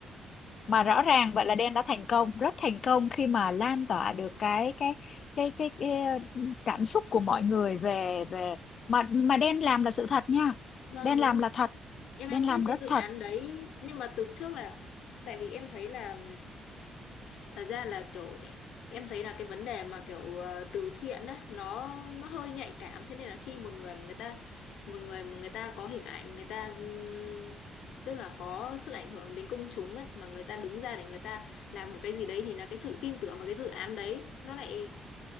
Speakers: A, on the left; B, on the left.
A: mà rõ ràng vậy là đen đã thành công rất thành công khi mà
B: Vâng,
A: lan tỏa được cái cái cái cái, cái ừ, cảm xúc của mọi người về về mà mà đen làm là sự thật nha
B: Vâng,
A: đen
B: đúng
A: làm
B: rồi.
A: là thật
B: Em
A: đen
B: em
A: làm
B: biết
A: rất
B: cái dự
A: thật
B: án đấy nhưng mà từ trước là tại vì em thấy là thật ra là kiểu em thấy là cái vấn đề mà kiểu ờ, từ thiện á nó nó hơi nhạy cảm thế nên là khi một người mà người ta một người mà người ta có hình ảnh người ta ừm, tức là có sức ảnh hưởng đến công chúng ấy mà người ta đứng ra để người ta làm một cái gì đấy thì là cái sự tin tưởng vào cái dự án đấy nó lại